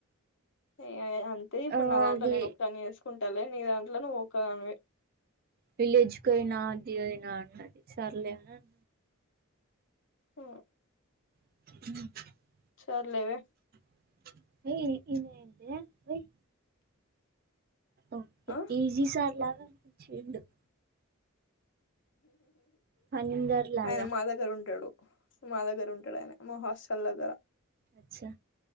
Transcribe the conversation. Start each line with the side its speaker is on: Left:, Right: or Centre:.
Left: ఏ అంతే ఇప్పుడు
Right: ఆ
Left: నా దాంట్ల
Right: వి
Left: నేను ఒక్కని చేసు కుంటలే నీ దాంట్ల నువ్వు ఒక్కదానివే
Right: విలేజ్ కు ఒయినా అది ఒయినా అన్నది సర్లే అని అన్న
Left: ఆ
Right: ఉ
Left: సర్లేవే
Right: <unintelligible> ఓకే
Left: ఆ
Right: ఈజీ సార్లాగా చేద్దం హనీందర్ లాగా
Left: ఆయన మా దగ్గర ఉంటడు మా దగ్గర ఉంటడు ఆయన మా హాస్టల్ దగ్గర
Right: అచ్చ